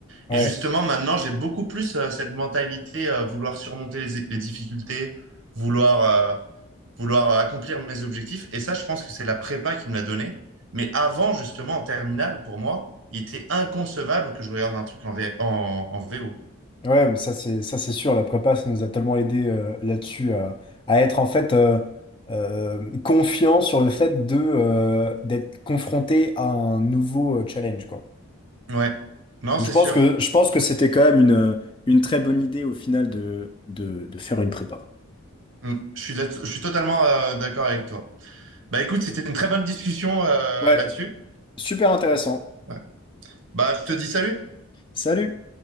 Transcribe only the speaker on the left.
Ouais,
ouais, mais ça, c'est, ça, c'est sûr. La prépa, ça nous a tellement aidé euh, là-dessus à, à être, en fait, euh, euh, confiant sur le fait de, euh, d'être confronté à un nouveau euh, challenge, quoi.
Donc,
je pense
que, je pense que c'était quand même une, une très bonne idée, au final, de, de, de faire une prépa.
Ouais.
Super intéressant.
Salut!